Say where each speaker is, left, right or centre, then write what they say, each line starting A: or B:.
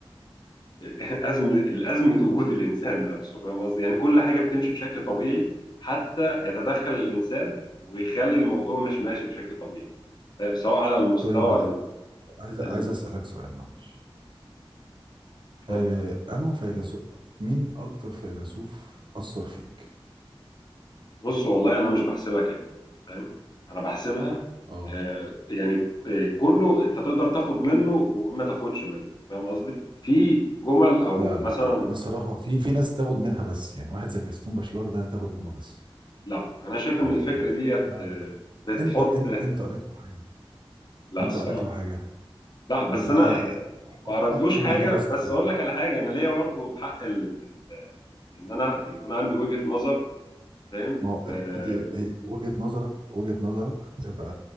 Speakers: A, on the left; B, on the right.
A: <laughs> أزمة الأزمة وجود الإنسان نفسه فاهم قصدي؟ يعني كل حاجة بتمشي بشكل طبيعي حتى يتدخل الإنسان ويخلي الموضوع مش ماشي بشكل طبيعي فاهم؟ سواء على المستوى
B: طيب آه،
A: ال-
B: عايز عايز
A: ال-
B: اسالك سؤال معلش
A: اتفضل
B: آه، انه فيلسوف مين اكتر فيلسوف اثر فيك
A: بص والله أنا مش بحسبها كده فاهم؟ أنا بحسبها
B: اه
A: آه، يعني آه، كله أنت تقدر تاخد منه وما تاخدش منه فاهم قصدي؟ في جمل أو
B: لا لا
A: مثلا
B: يعني بصراحه في في ناس تاخد منها بس يعني واحد زي جاستون باشلار ده تاخد منه بس
A: لا أنا شايف إن
B: يعني
A: الفكرة
B: ده
A: ديت
B: لا
A: آه، بتحط
B: انت انت انت قريت له حاجه
A: <laughs> لا
B: انت
A: الصراحة
B: قريت له حاجه
A: لا بس
B: يبقى
A: أنا
B: اح-
A: ما عرضلوش
B: احكم
A: حاجه
B: عليه يا اسطى
A: بس اقول لك على حاجه انا ليا برضه حق ال... ان انا يكون عندي وجهه نظر فاهم
B: ما هو
A: آه،
B: دي هي- وجهة نظرك وجهة نظرك ابقى